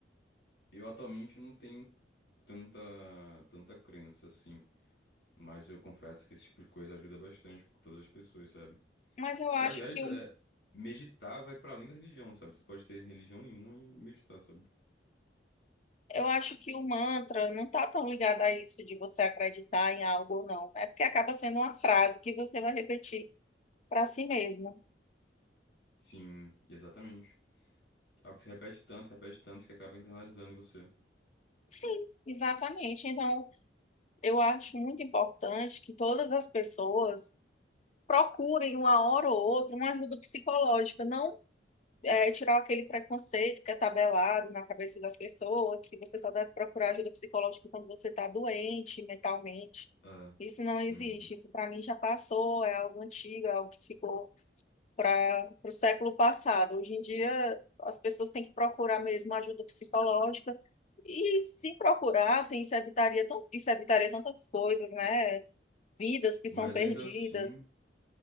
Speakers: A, on the left (about 75°); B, on the left (about 40°).
A: eu atualmente não tenho tanta, tanta crença assim, mas eu confesso que esse tipo de coisa ajuda bastante todas as pessoas, sabe?
B: mas eu acho
A: E aliás,
B: que
A: é,
B: o,
A: meditar vai para além da religião, sabe? Você pode ter religião nenhuma e meditar, sabe?
B: eu acho que o mantra não está tão ligado a isso de você acreditar em algo ou não. É porque acaba sendo uma frase que você vai repetir para si mesmo.
A: Sim, exatamente. É algo que se repete tanto, repete tanto, que acaba internalizando em você.
B: Sim, exatamente. Então, eu acho muito importante que todas as pessoas procurem uma hora ou outra uma ajuda psicológica, não é, tirar aquele preconceito que é tabelado na cabeça das pessoas, que você só deve procurar ajuda psicológica quando você está doente mentalmente.
A: É,
B: Isso não existe.
A: uhum.
B: Isso para mim já passou, é algo antigo, é algo que ficou para o século passado. Hoje em dia, as pessoas têm que procurar mesmo ajuda psicológica. E se procurassem, isso evitaria, tan- isso evitaria tantas coisas, né? Vidas que
A: Mas
B: são perdidas.
A: ainda assim,